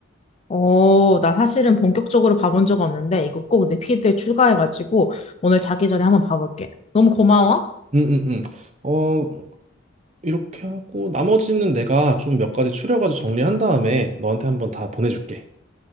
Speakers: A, on the left; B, on the right.
A: 어, 나 사실은 본격적으로 봐본 적 없는데, 이거 꼭 내 피드에 추가해가지고, 오늘 자기 전에 한번 봐볼게. 너무 고마워.
B: 응, 응, 응. 어, 이렇게 하고 나머지는 내가 좀 몇 가지 추려가지고 정리한 다음에 너한테 한번 다 보내줄게.